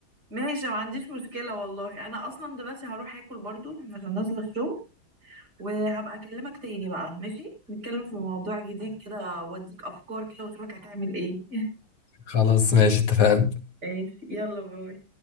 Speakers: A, on the right (about 45°); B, on the left (about 85°).
A: ماشي ما عنديش مشكله والله انا اصلا دلوقتي هروح اكل برضو عشان نازله الشغل وهبقى اكلمك تاني بقى ماشي نتكلم في موضوع جديد كده واديك افكار كده واشوفك هتعمل ايه <laughs>
B: خلاص ماشي اتفقنا
A: ماشي يلا باي